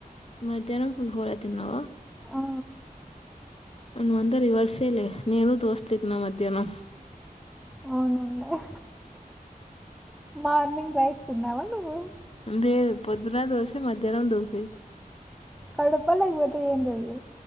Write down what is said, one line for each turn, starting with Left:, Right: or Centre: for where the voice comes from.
Left: మధ్యాహ్నం పులిహోర తిన్నావా
Centre: ఆ
Left: మనమంత రివర్సేలే నేను దోస తిన్నా మధ్యానం
Centre: అవునవునులే మార్నింగ్ రైస్ తిన్నవా నువ్వు
Left: లేేదు పొద్దున దోసే మధ్యానం దోసే
Centre: కడుపా లేకపోతే ఏందది